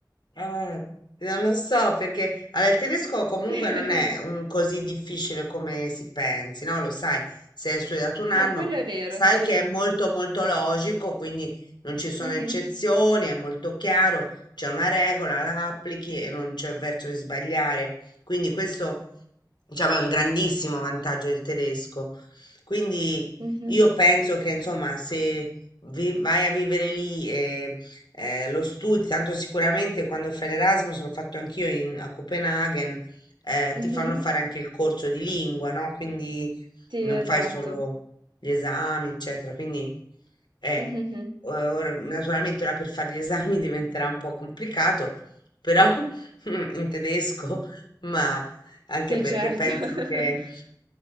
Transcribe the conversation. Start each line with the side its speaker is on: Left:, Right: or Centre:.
Left: Eh, non lo so perché allora, il tedesco comunque
Right: <laughs>
Left: non è un così difficile come si pensi, no? Lo sai, se hai studiato un anno,
Right: No, quello è vero,
Left: sai
Right: sì.
Left: che è molto molto logico, quindi non ci sono
Right: Mhm,
Left: eccezioni, è molto chiaro, c'è una regola, la applichi e non c'è verso di sbagliare. Quindi questo diciamo, è un grandissimo vantaggio il tedesco. Quindi
Right: mhm,
Left: io penso che, insomma, se vi- vai a vivere lì e eh, lo studi, tanto sicuramente quando fai l'Erasmus, l'ho fatto anch'io in- a Copenaghen, eh,
Right: mhm.
Left: ti fanno fare anche il corso di lingua, no? Quindi
Right: Sì,
Left: non
Right: esatto.
Left: fai solo gli esami, eccetera. Quindi eh,
Right: Mhm.
Left: ora- naturalmente ora per fare gli esami <laughs> diventerà un po' complicato, però <laughs> in tedesco, ma anche
Right: Sì,
Left: perché
Right: certo.
Left: penso
Right: <laughs>
Left: che